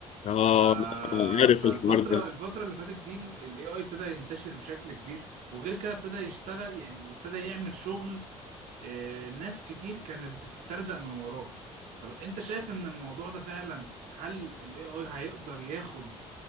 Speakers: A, on the left; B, on the right.
A: اه
B: ف...
A: أنا عارف
B: فالفترة
A: الحوار ده
B: الفترة اللي فاتت دي ال AI ابتدى ينتشر بشكل كبير وغير كده ابتدى يشتغل يعني ابتدى يعمل شغل آه، ناس كتير كانت بتسترزق من وراه طب انت شايف ان الموضوع ده فعلا هل ال AI هيقدر ياخد